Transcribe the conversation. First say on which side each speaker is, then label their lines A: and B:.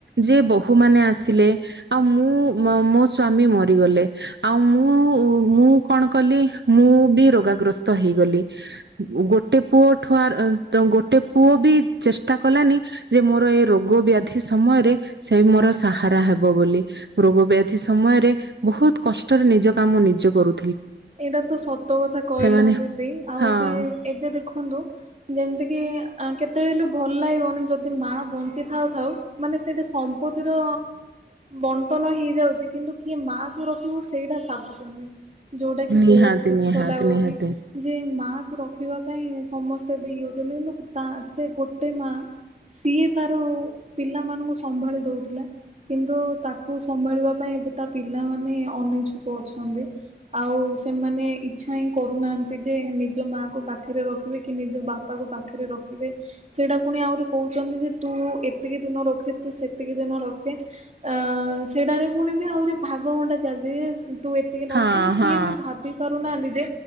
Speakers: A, on the right; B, on the right.
A: ଯେ ବୋହୂ ମାନ ଆସିଲେ ଆଉ ମୁଁ ମୋ ସ୍ଵାମୀ ମରିଗଲେ। ଆଉ ମୁଁ ମୁଁ କଣ କଲି ମୁଁ ବି ରୋଗାଗ୍ରସ୍ତ ହେଇଗଲି ଗୋଟେ ପୁଅ ଠୁଆ ଗୋଟେ ପୁଅ ବି ଚେଷ୍ଟା କଲାନି ଯେ ମୋର ଏ ରୋଗ ବ୍ୟାଧି ସମୟରେ ସେ ମୋର ସାହାରା ହେବ ବୋଲି ରୋଗ ବ୍ୟାଧି ସମୟରେ ବହୁତ କଷ୍ଟରେ ନିଜ କାମ ନିଜେ କରୁ
B: ଏଇଟା ତ ସତ କଥା କହିଲ
A: ସେମାନେ
B: ଦିଦି ଆଉ
A: ହଁ
B: ଯେ ଏବେ ଦେଖନ୍ତୁ ଯେମିତି କିି କେତେବେଳେଲେ ଭଲ ଲାଗିବନି ଯଦି ମା ବଞ୍ଚି ଥାଉ ଥାଉ ମାନେ ସେଇଟା ସମ୍ପତ୍ତିର ବଣ୍ଟନ ହେଇଯାଉଚି କିନ୍ତୁ କିଏ ମା କୁ ରଖିବ ସେଇଟା ଭାବୁଚନ୍ତି। ଯୋଉଟା କି
A: ନିହାତି
B: ବହୁତ ଦୁଃଖ
A: ନିହାତି
B: ଲାଗୁଚି
A: ନିହାତି
B: ଯେ ମା କୁ ରଖିବା ପାଇଁ ସମସ୍ ଭାବି ହଉଚନ୍ତି କିନ୍ତୁ ତା ସେ ଗୋଟେ ମା ସିଏ ତାର ପିଲାମାନଙ୍କୁ ସମ୍ଭାଳି ଦଉଥିଲା କିନ୍ତୁ ତାକୁ ସମ୍ଭାଳିବା ପାଇଁ ଏବେ ତା ପିଲାମାନେ ଅନିଇଚ୍ଛୁକ ଅଛନ୍ତି। ଆଉ ସେମାନେ ଇଚ୍ଛା ହିଁ କରୁନାହାନ୍ତି ଯେ ନିଜ ମା କୁ ପାଖରେ ରଖିବେ କି ନିଜ ବାପାକୁ ପାଖରେ ରଖିବେ ସେଇଟା ପୁଣି ଆହୁରି କହୁଚନ୍ତି ଯେ ତୁ ଏତିକି ଦିନ ରଖେ ତୁ ସେତିକି ଦିନ ରଖେ ଅ ସେଟାରେ ପୁଣି ବି ଆହୁରି ଭାଗବଣ୍ଟା ଚାଲିଚି ୟେ ତୁ ଏତିକି ନବୁ
A: ହଁ
B: କିନ୍ତୁ
A: ହଁ
B: କିଏ ବି ଭାବି ପାରୁନାହାନ୍ତି ଯେ